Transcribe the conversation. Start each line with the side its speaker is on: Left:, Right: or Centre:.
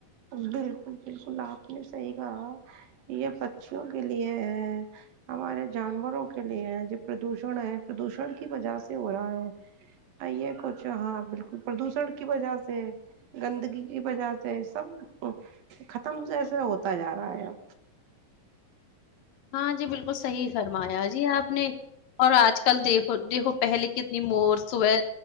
Right: بالکل بالکل آپ نے صحی کہا یہ پچیوں کے لیے ہے ہمارے جانوروں کے لیے ہے جو پردوشن ہے پردوشن کی وجہ سے ہو رہا ہے یہ کچھ ہاں بالکل پردوشن کی وجہ سے گندگی کی وجہ سے سب ختم جیسا ہوتا جا رہا ہے اب
Left: ہاں جی بالکل صحیح فرمایا جی آپ نے اور آج کے کل دیکھو دیکھو پہلے کتنی مور صبح